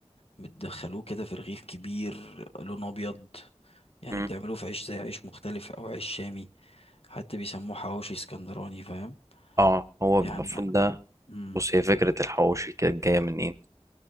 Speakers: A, on the left; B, on the right.
A: بتدخلوه كده في رغيف كبير لونه ابيض يعني
B: مم.
A: بتعملوه في عيش زي عيش مختلف او عيش شامي حتى بيسموه حواوشي اسكندراني فاهم
B: اه هو
A: يعني
B: المفروض ده
A: مم.
B: بص هي فكره الحواوشي كانت جايه من ايه